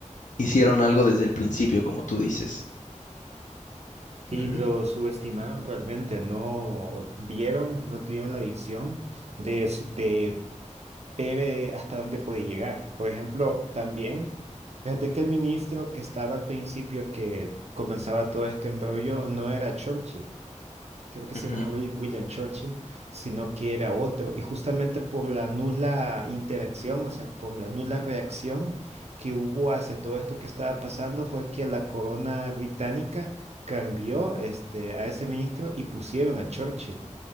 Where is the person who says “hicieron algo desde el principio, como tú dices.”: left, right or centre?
Left